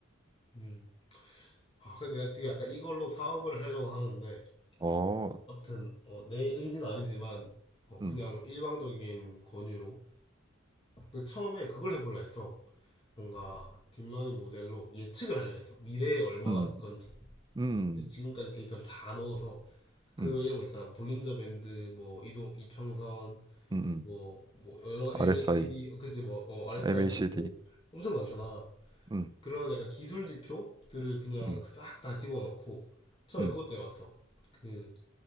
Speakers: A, on the left; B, on the right.
A: 음. 아, 근데 내가 지금 약간 이걸로 사업을 하려고 하는데
B: 어,
A: 아무튼 어, 내 의지는 아니지만 어, 그냥
B: 음,
A: 일방적인 권유로 그래서 처음에 그걸 해보려 했어. 뭔가 딥러닝 모델로 예측을 하려 했어. 미래에 얼마가
B: 음,
A: 될 건지.
B: 음,
A: 그래서 지금까지 데이터를 다 넣어서 그
B: 음,
A: 이런 거 있잖아. 볼린저 밴드, 뭐 이동 이평선,
B: 음, 음.
A: 뭐 뭐 여러 가지
B: RSI,
A: MACD, 그치 뭐 어, RSI도
B: MACD,
A: 있고 엄청 많잖아.
B: 음,
A: 그런 약간 기술 지표들을 그냥
B: 음,
A: 싹 다 집어넣고 처음에
B: 음,
A: 그것도 해봤어. 그